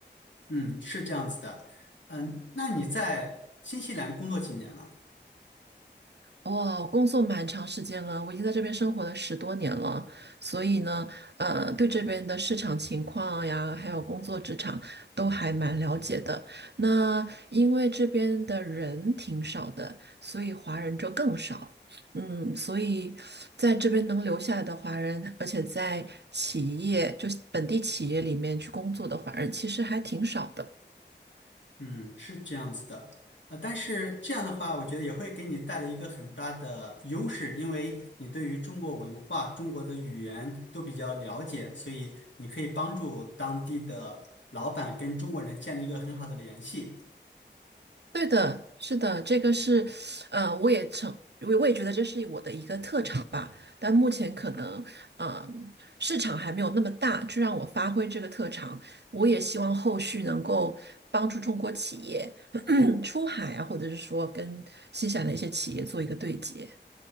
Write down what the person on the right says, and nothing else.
哇，我工作蛮长时间了，我已经在这边生活了十多年了，所以呢，呃，对这边的市场情况呀，还有工作职场都还蛮了解的。那因为这边的人挺少的，所以华人就更少。嗯，所以在这边能留下来的华人，而且在企业，就是本地企业里面去工作的华人，其实还挺少的。
对的，是的，这个是，呃，我也成，我我也觉得这是我的一个特长吧。但目前可能，呃，市场还没有那么大，去让我发挥这个特长。我也希望后续能够帮助中国企业 <clears throat> 出海啊，或者是说跟新西兰的一些企业做一个对接。